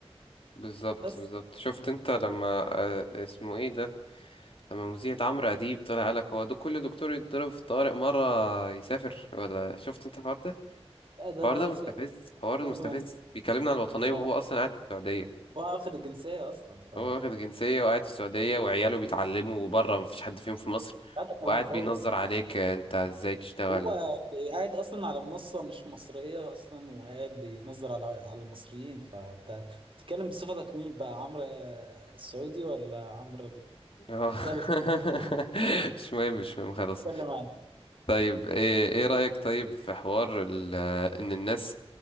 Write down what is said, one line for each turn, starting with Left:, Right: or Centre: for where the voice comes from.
Left: بالظبط
Right: فبس
Left: بالظبط شفت
Right: <laughs>
Left: انت لما آه، اسمه ايه ده لما مذيعة عمرو أديب طلع قالك هو دو كل دكتور يتضرب في طارق مرة يسافر ولا شفت انت الحوار ده؟
Right: ده
Left: الحوار
Right: ده
Left: ده
Right: سيبك
Left: مستفز الحوار
Right: سيبك
Left: ده مستفز
Right: من
Left: بيكلمنا عن الوطنية
Right: هو
Left: وهو أصلا قاعد في السعودية
Right: واخد الجنسية اصلا ف
Left: هو واخد جنسية وقاعد في السعودية وعياله بيتعلموا وبره مفيش حد فيهم في مصر
Right: هذا
Left: وقاعد
Right: كلام فاضي
Left: بينظر عليك انت ازاي تشتغل
Right: هو قاعد اصلا على منصه مش مصريه اصلا وقاعد بينظر على على المصريين فانت بتتكلم بصفتك مين بقى عمرو آه، السعودي ولا عمرو ال...
Left: اه.
Right: يلا <laughs>
Left: <laughs> مش مهم مش مهم خلاص
Right: نتكلم عنه
Left: طيب ايه ايه رأيك طيب في حوار ال- ان الناس